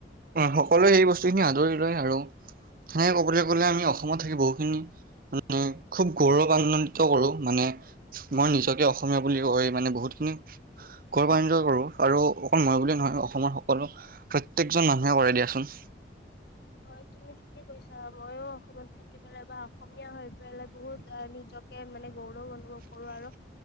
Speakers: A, on the right; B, on the left.
A: সকলোৱে সেই বস্তুখিনি আদৰি লয় আৰু সেনেকে ক'বলৈ কবলে আমি অসমত থাকি বহুখিনি মানে খুব গৌৰৱ আনন্দিত কৰোঁ মানে মই নিজকে অসমীয়া বুলি কৈ মানে বহুতখিনি গৌৰাম্বিত কৰোঁ আৰু অকল মই বুলিয়ে নহয়, অসমৰ সকলো প্ৰত্যেকজন মানুহে কৰে দিয়া চোন।
B: হয়, তুমি ঠিকে কৈছা। মইও অসমত থাকি পেলাই বা অসমীয়া হৈ পেলাই বহুত অহ নিজকে মানে গৌৰৱ অনুভৱ কৰোঁ আৰু।